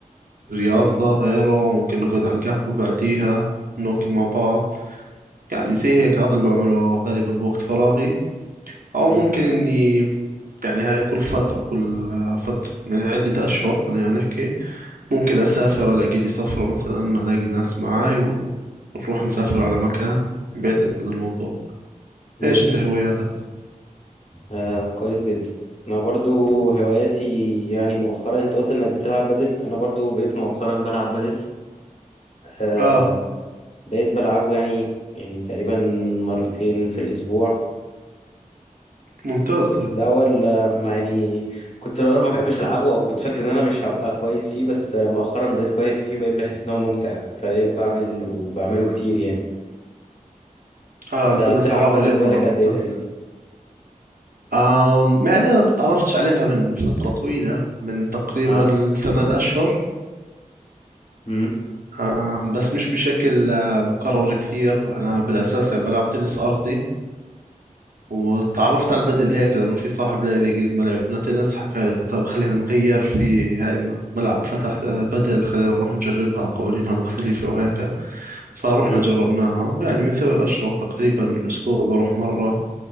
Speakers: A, on the right; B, on the left.
A: رياضة
B: مم.
A: غيره ممكن نقعد على القهوة بعديها ناكل مع بعض يعني زي هيك هذا اللي بعمله غالبا بوقت فراغي او
B: مم.
A: ممكن اني يعني هاي كل فترة كل آه، فترة يعني عدة اشهر خلينا نحكي ممكن اسافر الاقي لي سفرة مثلا الاقي ناس معاي ونروح نسافر على مكان بيعتمد الموضوع
B: مم.
A: ايش انت هواياتك
B: آه كويس جدا انا برضو هواياتي يعني مؤخرا انت قلت انك بتلعب بدل انا برضو بقيت مؤخرا بلعب بدل آه
A: اه
B: بقيت بلعبه يعني يعني تقريبا مرتين في الاسبوع
A: ممتاز
B: كنت
A: طيب
B: في الاول آه، ما يعني كنت في الاول ما بحبش العبه او كنت فاكر ان انا مش هبقى كويس فيه بس آه، مؤخرا بقيت كويس فيه بقيت بحس ان هو ممتع فبقيت بعمل وبعمله كتير يعني
A: اه
B: انت
A: البدل
B: بتلعب
A: صراحة
B: بدل
A: رياضة
B: بالك قد
A: ممتازة
B: ايه تقريبا
A: آم يعني أنا تعرفتش عليها من فترة طويلة من تقريبا
B: اه
A: ثمان أشهر
B: امم
A: آم بس مش بشكل آه، مكرر كثير أنا بالأساس يعني بلعب تنس أرضي واتعرفت على البدل هيك لأنه في صاحب لي اللي قد ما لعبنا تنس حكى لي طب خلينا نغير في هاي م- ملعب فتح بدل خلينا نروح نجربها وقوانينها مختلفة وهيك فروحنا
B: امم
A: جربناها ويعني من ثمان أشهر تقريبا بالأسبوع بروح مرة